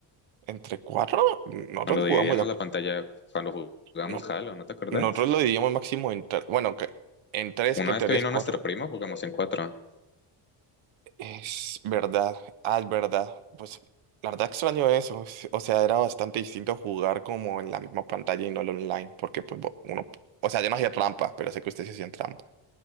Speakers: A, on the right; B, on the left.
A: Entre cuatro, nosotros
B: Cuando
A: no jugamos,
B: dividíamos
A: de a-
B: la pantalla, cuando jugábamos
A: no-
B: Halo, ¿no te acordás?
A: nosotros lo dividíamos máximo en tres, bueno, que, en tres,
B: Una
A: que en
B: vez
A: teoría
B: que vino
A: es cuatro.
B: nuestro primo, jugamos en cuatro.
A: Es verdad, ah, es verdad. Pues la verdad extraño eso. s- O sea, era bastante distinto jugar como en la misma pantalla y no el online, porque pues bo- uno, o sea, yo no hacía trampa, pero sé que ustedes sí hacían trampa,